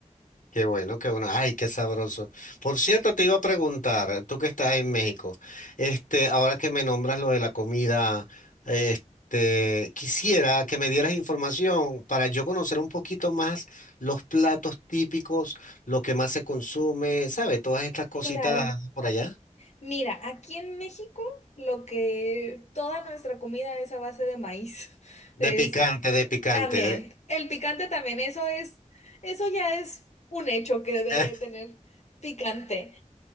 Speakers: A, on the left; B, on the left.
A: Qué bueno, qué bueno. Ay, qué sabroso. Por cierto, te iba a preguntar, tú que estás en México, este, ahora que me nombras lo de la comida, este, quisiera que me dieras información para yo conocer un poquito más los platos típicos, lo que más se consume, ¿sabes? Todas estas cositas
B: Claro.
A: por allá.
B: Mira, aquí en México lo que toda nuestra comida es a base de maíz. <laughs>
A: De
B: Es,
A: picante,
B: eh,
A: de picante.
B: también, el picante también, eso es, eso ya es un hecho que debe
A: <laughs>
B: de tener picante.